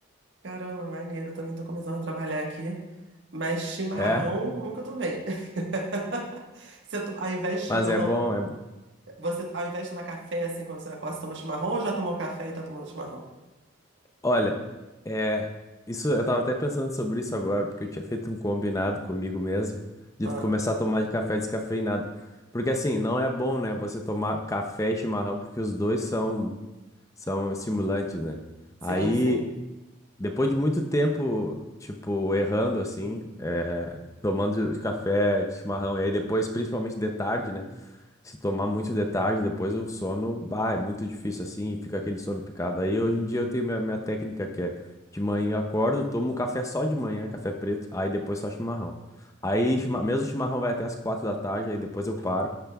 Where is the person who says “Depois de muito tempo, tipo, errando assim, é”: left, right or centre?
Left